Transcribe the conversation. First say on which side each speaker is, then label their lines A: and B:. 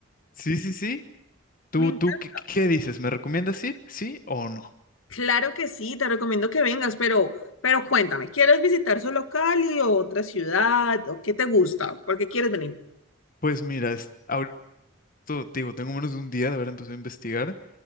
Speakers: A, on the left (about 40°); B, on the left (about 75°).
A: Sí, sí, sí. ¿Tú,
B: Me encanta.
A: tú qué, qué- dices? ¿Me recomiendas ir? ¿Sí o no?
B: Claro que sí, te recomiendo que vengas, pero, pero cuéntame, ¿quieres visitar solo Cali o otra ciudad? ¿O qué te gusta? ¿Por qué quieres venir?
A: Pues mira, es- ahorita te digo, tengo menos de un día de haber empezado a investigar